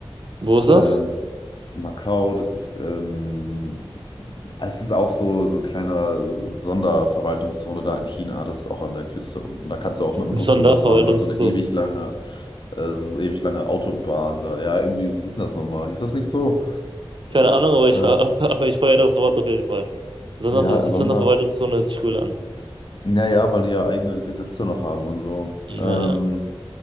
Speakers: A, on the right (about 60°); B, on the left (about 55°).
A: Wo ist
B: Ähm,
A: das?
B: Macau, das ist, ähm, es ist auch so, so ein kleiner Sonderverwaltungszone da in China, das ist auch an der Küste unten. Da kannst du auch
A: <laughs>
B: mit dem Bus
A: Sonderverwaltungszoo.
B: rüberfahren, über so eine ewig lange, äh, so so ewig lange Autobahn da. Ja, irgendwie, wie hieß denn das nochmal? Hieß das nicht so?
A: Keine Ahnung, aber ich,
B: Äh,
A: <laughs> aber ich feiere das Wort auf jeden Fall. Sonder,
B: ja,
A: Sonder
B: Sonder.
A: Verwaltungszone hört sich cool an.
B: Naja, weil die ja eigene Gesetze noch haben und so.
A: Naja.
B: Ähm,